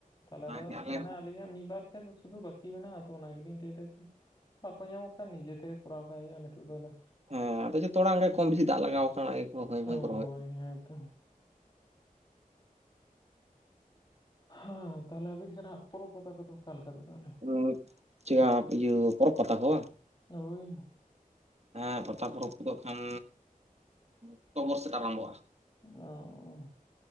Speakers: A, on the left; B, on the right.
A: ᱛᱟᱦᱞᱮ
B: ᱚᱱᱟᱜᱮ
A: ᱫᱚ
B: ᱟᱞᱮ
A: ᱢᱟᱱᱮ
B: ᱦᱚᱸ
A: ᱟᱹᱞᱤᱧᱟᱜ ᱢᱤᱫ, ᱵᱟᱨ ᱠᱷᱮᱛ ᱫᱚ ᱥᱩᱫᱩ ᱵᱟᱹᱠᱤ ᱢᱮᱱᱟᱜ-ᱟ, ᱛᱚ ᱚᱱᱟ ᱜᱮᱞᱤᱧ ᱞᱟᱹᱭ ᱮᱫᱟ ᱡᱮ ᱵᱟᱠᱚ ᱧᱟᱢᱚᱜ ᱠᱷᱟᱱ ᱱᱤᱡᱮ ᱛᱮ ᱜᱮ ᱠᱚᱨᱟᱣ ᱠᱟᱜ ᱦᱩᱭᱩᱜ-ᱟ ᱱᱤᱛᱳᱜ ᱫᱚ ᱟᱫᱚ᱾
B: ᱦᱚᱸ ᱟᱫᱚ ᱡᱷᱚᱛᱚ ᱜᱮ ᱠᱚᱢ ᱵᱤᱥᱤ ᱫᱟᱜ ᱞᱟᱜᱟᱣ ᱟᱠᱟᱱᱟ ᱚᱱᱟ ᱜᱮ ᱠᱚ ᱦᱟᱹᱭ ᱯᱷᱟᱹᱭ
A: ᱦᱳᱭ
B: ᱨᱚᱦᱚᱭ᱾
A: ᱦᱮᱸ ᱛᱚ, ᱦᱮᱸ ᱛᱟᱦᱚᱞᱮ ᱟᱵᱤᱱ ᱥᱮᱱᱟᱜ ᱯᱚᱨᱚᱵᱽ, ᱯᱟᱛᱟ ᱠᱚᱫᱚ ᱚᱠᱟ ᱞᱮᱠᱟ ᱫᱚ ᱛᱟᱦᱚᱞᱮ?
B: ᱩᱸ ᱪᱟᱯ ᱤᱭᱟᱹ ᱯᱚᱨᱚᱵᱽ, ᱯᱟᱛᱟ ᱠᱚ ᱵᱟᱝ᱾
A: ᱦᱳᱭ,
B: ᱦᱮᱸ ᱯᱟᱛᱟ, ᱯᱚᱨᱚᱵᱽ ᱠᱚᱫᱚ ᱠᱷᱟᱱ ᱚᱠᱴᱚᱵᱚᱨ ᱥᱮᱫ ᱟᱨᱟᱢᱵᱷᱚᱜ-ᱟ᱾
A: ᱚᱸᱻ